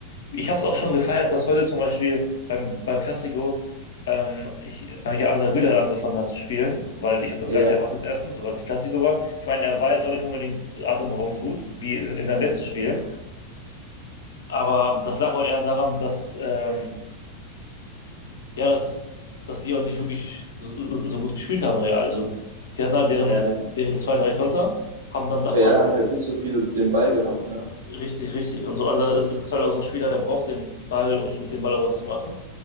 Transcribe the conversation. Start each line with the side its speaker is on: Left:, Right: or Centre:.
Left: Ich habe es auch schon gefeiert, dass heute zum Beispiel beim, beim Classico ähm, ich, äh, hier Arda Güler angefangen hat zu spielen, weil ich habe das
Right: Ja,
Left: gar nicht erwartet, erstens, weil es Classico war. Ich meine, er war jetzt auch nicht unbedingt atemberaubend gut, wie in, in seinem letzten Spiel, aber das lag auch eher daran, dass, ähm, ja, dass, dass die auch nicht wirklich so, so gut gespielt haben, Real. Also, die hatten halt deren,
Right: ja, ja.
Left: deren zwei, drei Konter, haben dann davon
Right: Real hat halt nicht so viel den Ball gehabt, ne?
Left: richtig, richtig und so. Arda ist, ist halt auch so ein Spieler, der braucht den Ball, um mit dem Ball auch was zu machen.